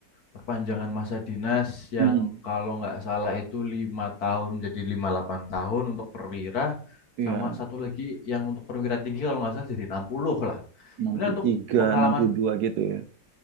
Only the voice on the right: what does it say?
Mm,
Iya,
63,
62 gitu ya.